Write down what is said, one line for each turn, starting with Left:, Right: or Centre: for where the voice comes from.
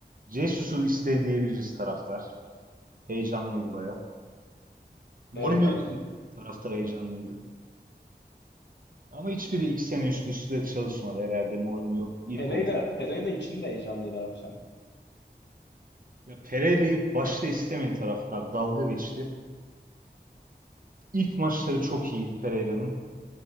Right: Jesus'u istedi diyebiliriz taraftar. Heyecanlıydı baya. Mourinho
Left: Evet abi.
Right: için taraftar heyecanlıydı. Ama hiçbiri iki sene üst üste çalışmadı herhalde Mourinho ilk
Left: Pereira,
Right: oldu.
Left: Pereira için de heyecanlıydı abi sanki.
Right: Ya Pereira'yı başta istemeyen taraftar dalga geçti. İlk maçları çok iyiydi Pereira'nın.